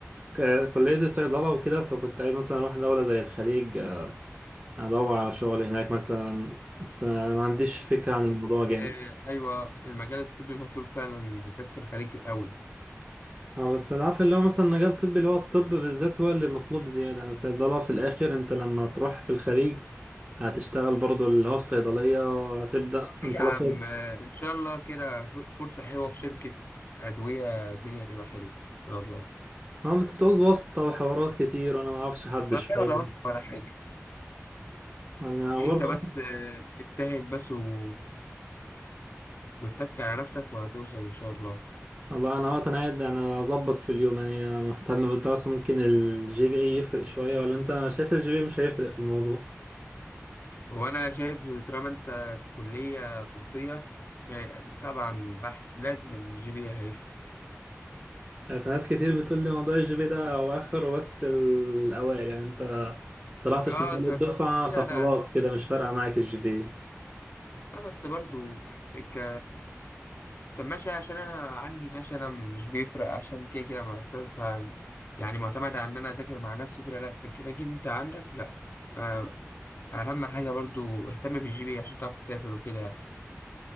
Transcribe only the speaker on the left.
إيه
أيوة المجال الطبي مطلوب فعلا بالذات في الخليج قوي
إيه يا
عم
آه، إن شاء الله كده ف- فرصة حلوة في شركة أدوية الدنيا هتبقى حلوة إن شاء الله
ولا
ولا واسطة ولا حاجة
انت
بس آه، اجتهد بس و... واتك على نفسك وهتوصل ان شاء الله
هو انا شايف طالما انت كلية طبية آه، طبعا بح... لازم الجي بي اي هيفرق
اه
ترتيب
لا
لا لا
لا بس برضو ك... طب ماشي عشان انا عندي ماشي انا مش بيفرق عشان كده كده معترف عن- يعني معتمد على ان انا اذاكر مع نفسي وكده لا لكن لكن انت عندك لا آه، اهم حاجة برضو اهتم بالجي بي إيه عشان تعرف تسافر وكده يعني.